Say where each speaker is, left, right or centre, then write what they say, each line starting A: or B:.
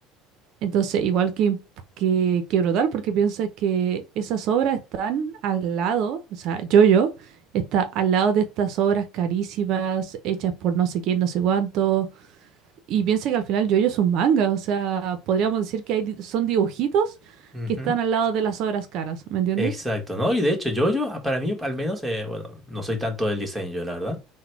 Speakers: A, on the right (about 60°); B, in the centre.
A: Entonces, igual que, que, que brutal, porque piensa que esas obras están al lado, o sea, JoJo está al lado de estas obras carísimas, hechas por no sé quién, no sé cuánto, y piensa que al final JoJo es un manga, o sea, podríamos decir que hay, di- son dibujitos
B: ujú.
A: que están al lado de las obras caras, ¿me entiendes?
B: Exacto, ¿no? Y de hecho, JoJo, ah, para mí, al menos, eh, bueno, no soy tanto del diseño, yo, la verdad,